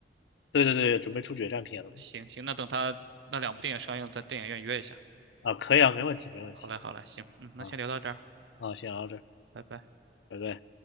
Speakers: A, on the left; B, on the right.
A: 对对对，准备出决战篇了嘛？
B: 行行，那等他那两部电影上映，在电影院约一下。
A: 啊，可以啊，没问题没问题
B: 好嘞，好嘞，行，嗯，那先聊到这儿，
A: 啊啊，先聊到这儿，
B: 拜拜。
A: 拜拜。